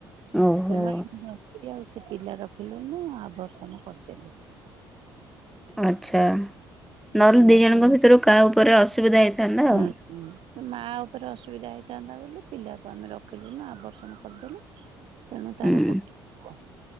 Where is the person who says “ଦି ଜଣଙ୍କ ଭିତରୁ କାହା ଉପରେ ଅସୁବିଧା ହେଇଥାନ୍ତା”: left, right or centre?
Centre